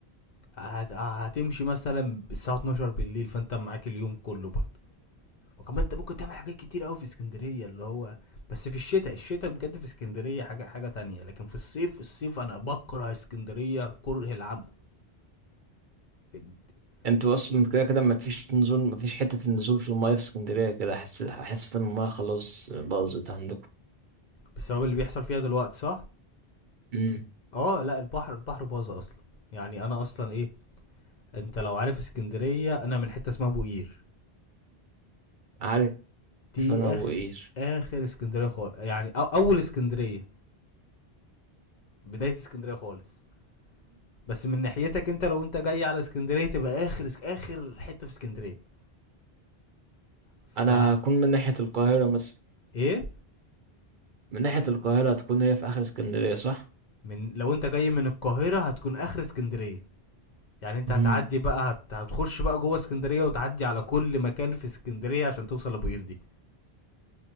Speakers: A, on the left (about 55°); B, on the right (about 55°).
A: هت هتمشي مثلا الساعه 12 بالليل فانت معاك اليوم كله برضه وكمان انت ممكن تعمل حاجات كتير قوي في اسكندريه اللي هو بس في الشتاء الشتاء بجد في اسكندريه حاجه حاجه تانية لكن في الصيف الصيف انا بكره اسكندريه كره العمى ال-
B: انتوا
A: ال-
B: اصلا كده كده ما فيش نزول ما فيش حتة النزول في المايه في اسكندرية كده احس احس ان المايه خلاص باظت عندكم
A: بسبب اللي بيحصل فيها دلوقتي صح
B: امم
A: اه لا البحر البحر باظ اصلا يعني انا اصلا ايه انت لو عارف اسكندريه انا من حته اسمها بوقير
B: عارف
A: دي
B: انا ابو
A: اخ
B: قير
A: اخر اسكندريه خالص يعني أو اول اسكندريه بدايه اسكندريه خالص بس من ناحيتك انت لو انت جاي على اسكندريه تبقى اخر اخر حته في اسكندريه ف
B: انا هكون من ناحية القاهرة مثلا
A: ايه
B: من ناحية القاهرة هتكون هي في اخر اسكندرية صح
A: من لو انت جاي من القاهره هتكون اخر اسكندريه يعني انت
B: امم
A: هتعدي بقى هت... هتخش بقى جوه اسكندريه وتعدي على كل مكان في اسكندريه عشان توصل لابو قردي